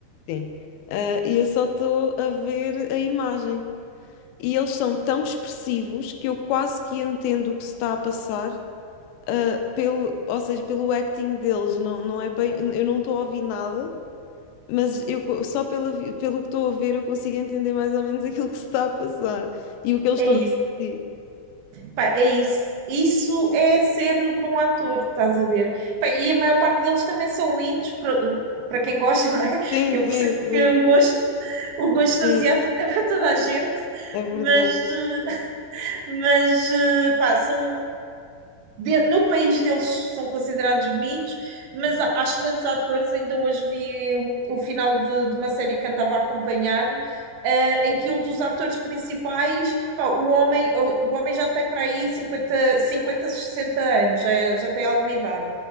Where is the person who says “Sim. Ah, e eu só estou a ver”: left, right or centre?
Left